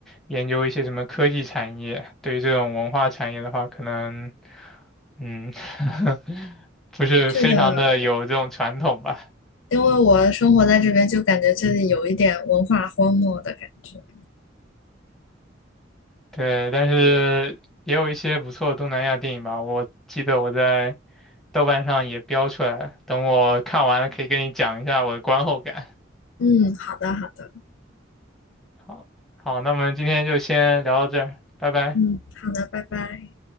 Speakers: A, in the centre; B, on the left.
A: 研究一些什么科技产业。对于这种文化产业的话，可能嗯，<laughs> 不是非常的有这种传统吧。
B: 对的，因为我生活在这边，就感觉这里有一点文化荒漠的感觉。
A: 对，但是也有一些不错的东南亚电影吧。我记得我在豆瓣上也标出来了，等我看完了可以跟你讲一下我的观后感。
B: 嗯，好的，好的，
A: 好，好，那我们今天就先聊到这儿，拜拜。
B: 嗯，好的，拜拜。